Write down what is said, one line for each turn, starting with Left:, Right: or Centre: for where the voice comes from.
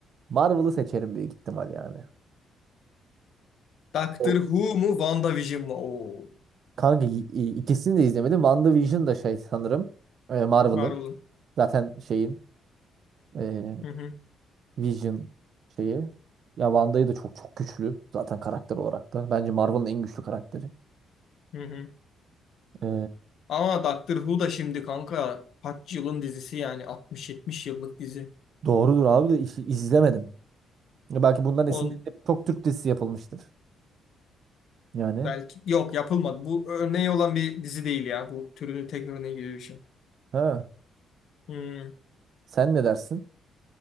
Right: Marvel'ı seçerim büyük ihtimal yani.
Left: Doctor
Right: O.
Left: Who mu? WandaVision mu? Oo.
Right: Kanka i- i- ikisini de izlemedim. WandaVision da şey sanırım e, Marvel'ın.
Left: Marvel'ın.
Right: Zaten şeyin e,
Left: Hı hı.
Right: Vision şeyi. Ya Wanda'yı da çok çok güçlü zaten karakter olarak da. Bence Marvel'ın en güçlü karakteri.
Left: Hı hı.
Right: E,
Left: Ama Doctor Who da şimdi kanka kaç yılın dizisi yani 60-70 yıllık dizi.
Right: doğrudur abi de işi izlemedim. Ya Belki bundan esinlenip
Left: On,
Right: çok Türk dizisi yapılmıştır. Yani.
Left: Belki yok yapılmadı. Bu örneği olan bir dizi değil ya. Bu türünün tek örneği gibi bir şey.
Right: Ha.
Left: Hmm.
Right: Sen ne dersin?